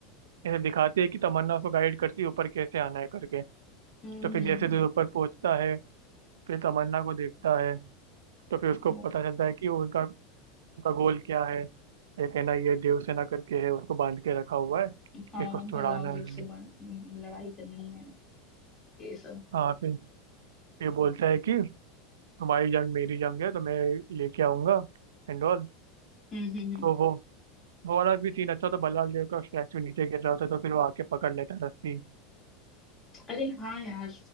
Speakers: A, on the right; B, on the left.
A: ऐसे दिखाती है कि तमन्ना उसको गाइड करती है ऊपर कैसे आना है करके
B: हम्म हम्म
A: तो फिर जैसे
B: हम्म
A: जैसे ऊपर पहुंचता है फिर तमन्ना को देखता है तो फिर उसको
B: वो
A: पता चलता है कि वो उनका उनका गोल क्या है एक है ना ये देवसेना करके है उसको बांध के रखा हुआ है
B: हाँ
A: इसको छुड़ाना
B: भल्लाल देव
A: है
B: से बन- लड़ाई करनी है ये सब
A: हाँ फिर ये बोलता है कि तुम्हारी जंग मेरी जंग है तो मैं लेके आऊंगा एंड ऑल
B: हम्म हम्म
A: तो
B: हम्म।
A: वो वो वाला भी सीन अच्छा तो बल्लाल देव का स्टैचू नीचे गिर रहा होता है तो फिर वो आके पकड़ लेता है रस्सी
B: अरे हाँ यार